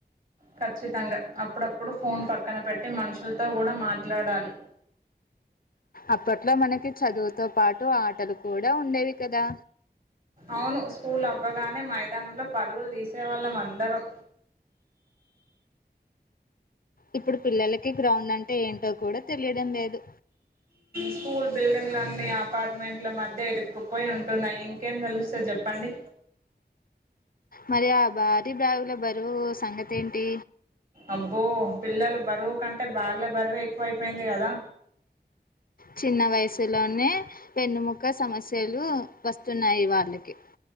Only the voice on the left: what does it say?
అప్పట్లో మనకి చదువుతో పాటు ఆటలు కూడా ఉండేవి కదా
ఇప్పుడు పిల్లలకి గ్రౌండ్ అంటే ఏంటో కూడా తెలియడం లేదు
మరి ఆ భారీ బాగు ల బరువు సంగతి ఏంటి
చిన్న వయసు లోనే వెన్నుముక్క సమస్య లు వస్తున్నాయి వాళ్ళకి